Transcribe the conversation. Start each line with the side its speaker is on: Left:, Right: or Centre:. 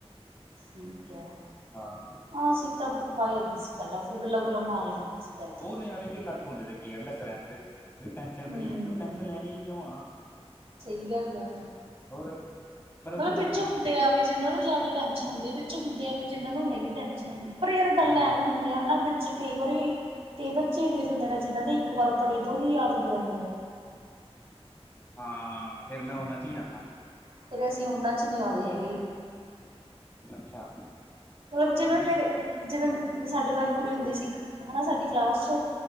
Right: ਠੀਕ ਹੈ
Left: ਹਾਂ
Right: ਹਾਂ, ਸੀਤਾ ਬਾਈ ਹੁੰਦੀ ਸੀ ਪਹਿਲਾਂ, ਫਿਰ ਗੱਲਾਂ ਗੁੱਲਾਂ ਮਾਰ ਜਾਂਦੀ ਸੀ ਬਹਿ
Left: ਉਹ
Right: ਕੇ
Left: ਨਜ਼ਾਰੇ ਵੀ ਅਲੱਗ ਹੁੰਦੇ ਕੇਅਰਲੈਸ ਰਹਿਣ ਦੇ, ਵੀ ਟੈਨਸ਼ਨ
Right: ਹੂੰ
Left: ਫ੍ਰੀ, ਕੋਈ ਟੈਨਸ਼ਨ ਲੈਣੀ ਕਿਉਂ ਆ
Right: ਸਹੀ ਗੱਲ ਆ
Left: ਹੋਰ ਪਰੰਤੂ
Right: ਮਤਲਬ
Left: ਹੁਣ
Right: ਵਿੱਚ
Left: ਮੈਨੂੰ
Right: ਹੁੰਦੇ ਆ ਵੀ ਜਿਹਨਾਂ ਨੂੰ ਜ਼ਿਆਦਾ ਟੈਂਨਸ਼ਨ ਹੁੰਦੀ, ਵਿੱਚ ਹੁੰਦੇ ਆ ਵੀ ਜਿਹਨਾਂ ਨੂੰ ਨਹੀਂ ਟੈਨਸ਼ਨ ਹੁੰਦੀ, ਪਰ ਯਾਰ ਗੱਲ
Left: ਹਾਂ
Right: ਐਵੇ ਹੁੰਦੀ ਆ ਹੈਾ ਕਈ ਵਾਰੀ ਕਈ ਬੱਚੇ ਇਹੋ ਜਿਹੇ ਹੁੰਦੇ ਨੇ, ਜਿਹਨਾਂ ਦੇ ਇੱਕ ਵਾਰ ਪੜ੍ਹੇ ਤੋਂ ਹੀ ਯਾਦ ਹੋ ਜਾਂਦੇ ਆ
Left: ਹਾਂ, ਫੇਰ ਮੈਂ ਉਹਨਾਂ ਚ ਹੀ ਆਨਾ
Right: ਫੇਰ ਅਸੀਂ, ਉਹਨਾਂ ਚ ਨਹੀਂ ਆਉਂਦੇ ਹੈਗੇ
Left: ਅੱਛਾ
Right: ਮਤਲਬ ਜਿਵੇਂ
Left: ਨਹੀਂ
Right: ਮੇਰੇ ਜਿਵੇਂ ਸਾਡੇ ਨਾਲ ਕੁੜੀ ਹੁੰਦੀ ਸੀ ਇੱਕ, ਹੈਨਾ ਸਾਡੀ ਕਲਾਸ ਚ